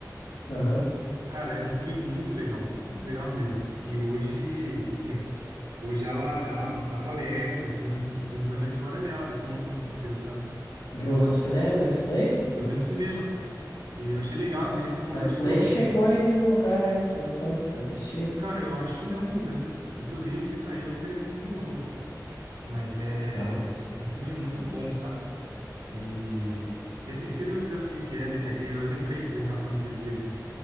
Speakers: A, on the left (about 85°); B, on the right (about 85°).
A: Aham.
B: Cara, é um filme muito legal, muito legal mesmo. E hoje, sim, Hoje ela, ela dá palestra, assim, e contando a história dela, de como aconteceu, sabe?
A: Viu
B: Então,
A: no
B: é-
A: cinema esse daí?
B: eu vi no cinema, cara. E eu achei legal
A: Ah,
B: que a gente conversou.
A: mas nem chegou em nenhum lugar ainda, então, pra assistir.
B: Cara, eu acho que não ainda, viu? Inclusive, se sair, eu vou querer assistir de novo. Mas é
A: Legal.
B: um filme muito bom, sabe? E, e assim, você vê o desafio que é, né? É que eu lembrei que a gente tava falando aquele dia de,